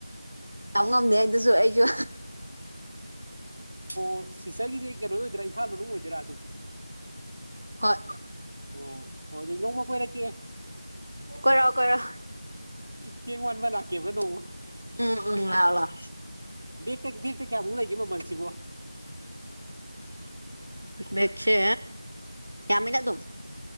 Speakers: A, on the right (about 85°); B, on the right (about 45°).
A: ꯇꯝ ꯉꯝꯗꯦ ꯑꯗꯨꯁꯨ ꯑꯩꯁꯨ
B: ꯑꯣ ꯁꯤꯁꯇꯔꯒꯤꯁꯦ ꯀꯩꯅꯣꯗ ꯑꯣꯏꯗꯔꯥ ꯏꯝꯐꯥꯜ ꯃꯅꯨꯡ ꯑꯣꯏꯗꯣꯏꯔꯥ ꯑꯗꯨꯝ
A: ꯍꯣꯏ
B: ꯑꯣ ꯍꯣꯏ ꯑꯗꯨꯗꯤ ꯅꯣꯡꯃ ꯀꯣꯏꯔꯛꯀꯦ
A: ꯀꯣꯏꯔꯛꯑꯣ ꯀꯣꯏꯔꯛꯑꯣ
B: ꯆꯦꯡ ꯋꯥꯟꯕ ꯂꯥꯛꯀꯦꯕ ꯅꯣꯡ
A: ꯎꯝ ꯎꯝ ꯍꯥꯂ
B: ꯕꯦꯛꯇ ꯕꯦꯛꯇ ꯀꯌꯥꯃꯨꯛ ꯂꯩꯒꯦꯕꯣ ꯃꯜꯁꯤꯕꯣ
A: ꯃꯦꯛꯁꯦ ꯀꯃꯤ ꯌꯥ ꯊ